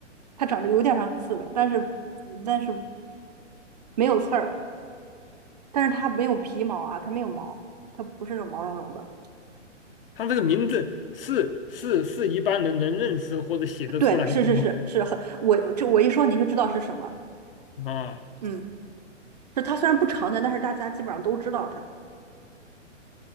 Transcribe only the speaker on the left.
它这个名字是是是一般人能认识或者写得出来的吗？
啊，